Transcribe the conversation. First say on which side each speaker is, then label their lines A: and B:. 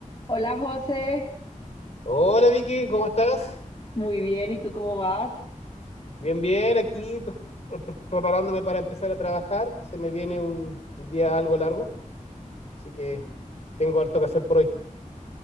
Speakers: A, on the left; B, on the left.
A: Hola José,
B: Hola Vicky, ¿cómo estás?
A: muy bien, ¿y tú cómo vas?
B: Bien, bien, aquí pre- pre- preparándome para empezar a trabajar. Se me viene un, un día algo largo, así que tengo harto que hacer por hoy.